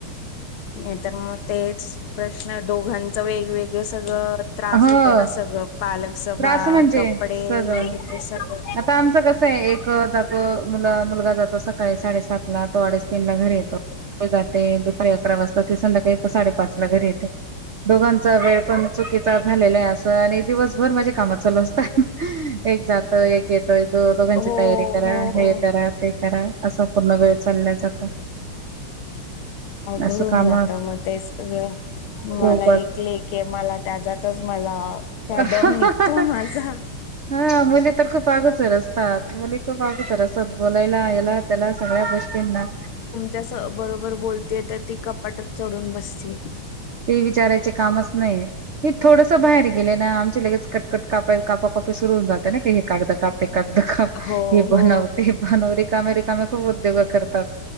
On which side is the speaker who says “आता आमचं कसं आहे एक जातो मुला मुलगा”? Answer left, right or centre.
Right